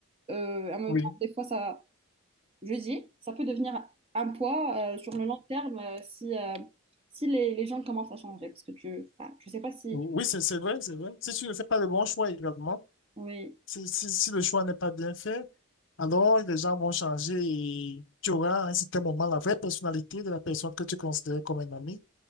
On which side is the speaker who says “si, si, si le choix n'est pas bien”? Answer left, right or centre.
Left